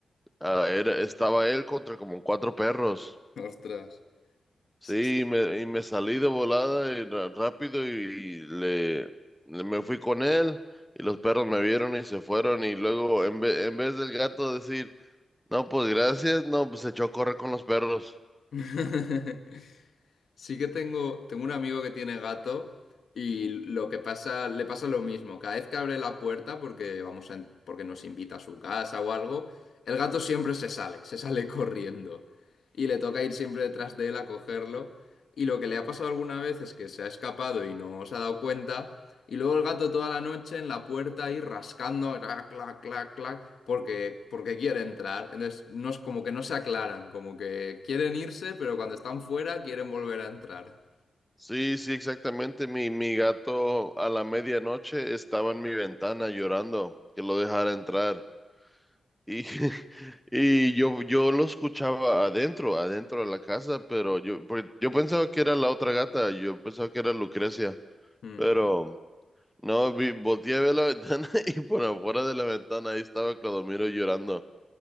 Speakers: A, in the centre; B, on the left.
A: ah, era- estaba él contra como cuatro perros.
B: ostras.
A: Sí,
B: S- s-
A: y me, y me salí de volada y ra- rápido y, le, le- me fui con él y los perros me vieron y se fueron y luego en, ve- en vez del gato decir, no, pues gracias, no, pues se echó a correr con los perros.
B: <laughs> Sí que tengo, tengo un amigo que tiene gato y lo que pasa, le pasa lo mismo. Cada vez que abre la puerta porque vamos a en- porque nos invita a su casa o algo, el gato siempre se sale, se sale <laughs> corriendo. Y le toca ir siempre detrás de él a cogerlo. Y lo que le ha pasado alguna vez es que se ha escapado y no se ha dado cuenta. Y luego el gato toda la noche en la puerta ahí rascando, clac, clac, clac, clac, porque, porque quiere entrar. Entonces, no es como que no se aclaran, como que quieren irse, pero cuando están fuera quieren volver a entrar.
A: Sí, sí, exactamente. Mi, mi gato a la medianoche estaba en mi ventana llorando que lo dejara entrar. Y, <laughs> y yo, yo lo escuchaba adentro, adentro de la casa, pero yo, pues, yo pensaba que era la otra gata, yo pensaba que era Lucrecia,
B: Mm.
A: pero no, vi, volteé a ver la <laughs> ventana y por afuera de la ventana ahí estaba Clodomiro llorando.